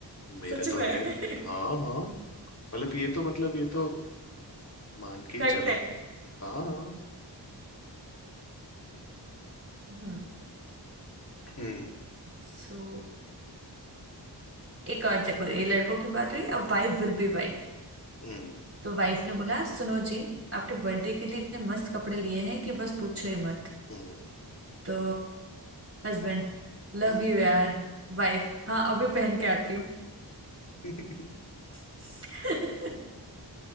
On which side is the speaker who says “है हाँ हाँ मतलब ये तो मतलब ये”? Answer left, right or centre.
Left